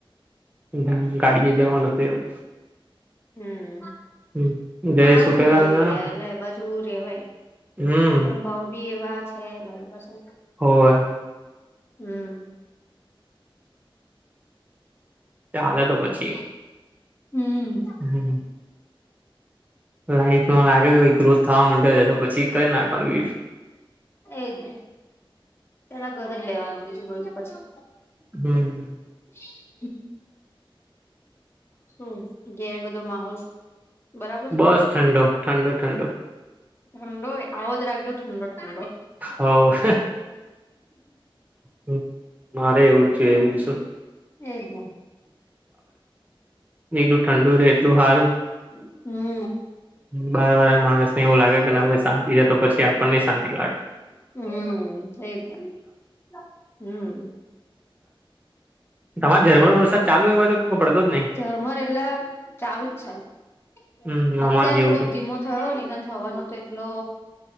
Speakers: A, on the right; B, on the left.
A: અમ ગાડીએ જવાનું હતું એમ.
B: હમ
A: એમ
B: હારો
A: જય સુટેલા
B: છે એ બાજુ એરિયા એટલે એ બાજુ રેવાય.
A: હમ
B: એમ ભાવ બી એવા છ છે વરી પાસું
A: હોવે.
B: હમ
A: ચાલે તો પછી.
B: હમ
A: હમ લાઈફમાં લાગે છે ગ્રોથ થવા માંડ્યો છે તો પછી કર નાખવાનું ઈ.
B: એજ ને. પેલા ઘર જ લેવાનું બીજું બધું પછી.
A: હમ
B: <inaudible> શું ઘેર બધો માહોલ બરાબર?
A: બસ ઠંડો ઠંડો ઠંડો
B: ઠંડો એ આવો જ રાખજો ઠંડો ઠંડો.
A: હોવ. હમ મારે એવું જ બીજું શું.
B: એજ ને
A: બીજું ઠંડુ રે એટલું હારું.
B: અ હમ
A: હમ બારવાળા માણસને એવું લાગે કે ના ભાઈ શાંતિ છે તો પછી આપણને શાંતિ લાગે.
B: હમ એજ ન. હમ
A: તમારે ઝરમર વરસાદ ચાલુ એબાજુ પડતો જ નહીં
B: ઝરમર એટલે ચાલુ જ છે
A: હમ
B: અત્યારે
A: અમારે જેવું
B: થોડોક
A: થ
B: ધીમો. થયો નિતો સવારનું તો એટલો.